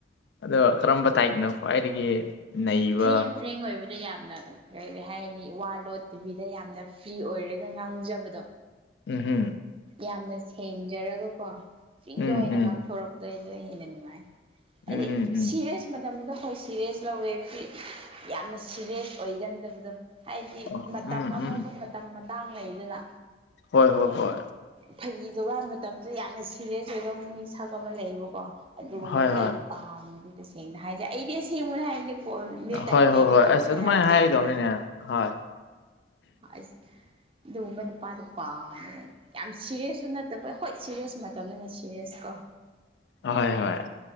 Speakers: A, on the left; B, on the right.
A: ꯑꯗꯣ ꯀꯔꯝꯕ ꯇꯥꯏꯞꯅꯣ ꯈ꯭ꯋꯥꯏꯗꯒꯤ꯫ ꯅꯩꯕ
B: ꯐ꯭ꯔꯤꯑꯦꯟ ꯐ꯭ꯔꯦꯡ ꯑꯣꯏꯕꯗ ꯌꯥꯝꯅ꯫ ꯀꯔꯤ ꯍꯥꯏꯅꯤ ꯋꯥ ꯂꯣꯠꯇꯕꯤꯗ ꯌꯥꯝꯅ ꯐ꯭ꯔꯤ ꯑꯣꯏꯔꯒ ꯉꯥꯡꯖꯕꯗꯣ
A: ꯎꯝ ꯍꯨꯝ
B: ꯌꯥꯝꯅ ꯁꯦꯡꯖꯔꯒꯀꯣ ꯐ꯭ꯔꯤꯗ
A: ꯎꯝ
B: ꯑꯣꯏꯅ
A: ꯎꯝ
B: ꯉꯥꯡꯊꯣꯔꯛꯄꯗꯣ ꯑꯗꯨꯅ ꯍꯦꯟꯅ ꯅꯨꯡꯉꯥꯏ
A: ꯎꯝ
B: ꯍꯥꯏꯗꯤ
A: ꯎꯝ
B: ꯁꯤꯔꯤꯁ ꯃꯇꯝꯗꯨꯗ ꯍꯣꯏ ꯁꯤꯔꯤꯁ ꯂꯧꯋꯦ ꯑꯗꯨꯗꯤ ꯌꯥꯝꯅ ꯁꯤꯔꯤꯁ ꯑꯣꯏꯒꯟꯗꯕꯗꯣ ꯍꯥꯏꯗꯤ
A: ꯎꯝ
B: ꯃꯇꯝ
A: ꯎꯝ
B: ꯑꯃꯝꯕ
A: ꯎꯝ
B: ꯃꯇꯝ ꯃꯇꯥꯡ ꯂꯩꯗꯅ
A: ꯍꯣꯏ ꯍꯣꯏ ꯍꯣꯏ
B: ꯐꯒꯤ ꯖꯣꯒꯥꯢ ꯃꯇꯝꯁꯨ ꯌꯥꯝꯅ ꯁꯤꯔꯤꯌꯁ ꯑꯣꯏꯕ ꯃꯤꯁꯛ ꯑꯃ ꯂꯩꯌꯦꯕꯀꯣ ꯑꯗꯨꯒꯨꯝꯕꯗꯤ
A: ꯍꯣꯏ ꯍꯣꯏ
B: ꯑꯩ ꯄꯥꯝꯗꯦꯕ ꯁꯦꯡꯅ ꯍꯥꯏꯔꯗꯤ ꯑꯩꯗꯤ ꯁꯦꯡꯕꯅꯦ ꯍꯥꯏꯕꯗꯤ ꯐꯣꯟ ꯃꯤꯇꯥꯏ
A: ꯍꯣꯏ
B: ꯀꯩꯅꯣ
A: ꯍꯣꯏ ꯍꯣꯏ
B: ꯇꯧꯋꯦ
A: ꯑꯁ ꯑꯗꯨꯃꯥꯏꯅ
B: ꯍꯥꯏꯕꯒꯤ
A: ꯍꯥꯏꯒꯗꯕꯅꯤꯅꯦ
B: ꯅꯠꯇꯦ
A: ꯍꯣꯏ
B: ꯑꯁ ꯑꯗꯨꯒꯒꯨꯝꯕ ꯅꯨꯄꯥꯗ ꯄꯥꯝꯃꯦ ꯌꯥꯝ ꯁꯤꯔꯤꯌꯁꯁꯨꯨ ꯅꯠꯇꯕ ꯍꯣꯏ ꯁꯤꯔꯤꯌꯁ ꯃꯇꯝꯅꯤꯗꯅ ꯁꯤꯔꯤꯌꯁ ꯀꯣ
A: ꯍꯣꯏ ꯍꯣꯏ